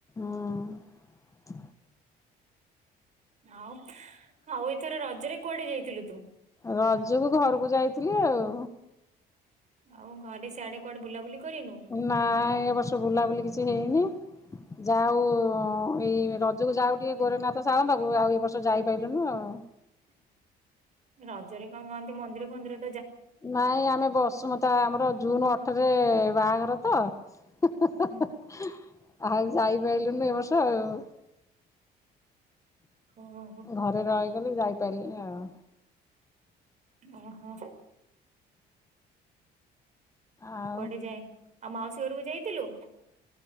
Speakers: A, on the left (about 20°); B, on the right (about 45°).
A: ହଁ।
B: ଆଉ ଆଉ ଏଥର ରଜରେ କୁଆଡେ ଯାଇଥିଲୁ ତୁ?
A: ରଜକୁ ଘରକୁ ଯାଇଥିଲି ଆଉ।
B: ଆଉ ଘରେ ସଆଡେ କୁଆଡେ ବୁଲାବୁଲି କରିନୁ?
A: ନାଇଁ ଏ ବର୍ଷ ବୁଲାବୁଲି କିଛି ହେଇନି
B: ହ
A: ଯାଉ ଏଇ ରଜକୁ ଯାଉ ଟିକେ ଗୋରେନାଥ ସାଳ ପାକୁ ଆଉ ଏ ବର୍ଷ ଯାଇପାରଲୁନୁ ଆଉ।
B: <inaudible> ରଜରେ କଣ କୁହନ୍ତି ମନ୍ଦିର ମନ୍ଦିର
A: ନାଇଁ ଆମେ ବସୁ ମ ତ ଆମର ଜୁନ ଅଠରେ ବାହାଘର ତ <unintelligible>
B: ହୁଁ
A: ଆଉ ଯାଇ ପାରିଲୁନୁ ଏ ବର୍ଷ ଆଉ।
B: ଓହୋ
A: ଘରେ ରହିଗଲେ ଯାଇପାରିଲି ଆଉ।
B: ଓ ହୋ।
A: ଆଉ
B: କୁଡେ ଯାଇଏ ଆଉ ମାଉସୀ ଘରକୁ ଯାଇଥିଲୁ?